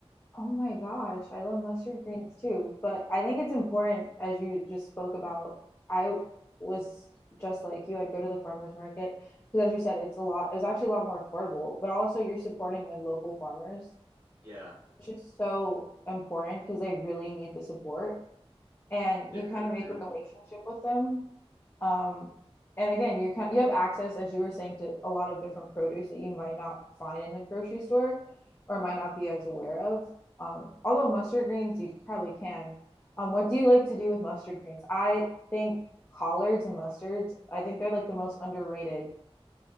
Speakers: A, on the left (about 25°); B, on the right (about 45°).
A: Oh my gosh, I love mustard greens too, but I think it's important as you just spoke about. I was just like you, I'd go to the farmers market because as you said, it's a lot, it's actually a lot more affordable, but also you're supporting like local farmers,
B: Yeah,
A: which is so important because they really need the support and you
B: they
A: kind
B: really
A: of make
B: do.
A: a relationship with them Um, and again, you're kind of, you have access, as you were saying, to a lot of different produce that you might not find in the grocery store or might not be as aware of. Um, although mustard greens, you probably can. Um, what do you like to do with mustard greens? I think collards and mustards, I think they're like the most underrated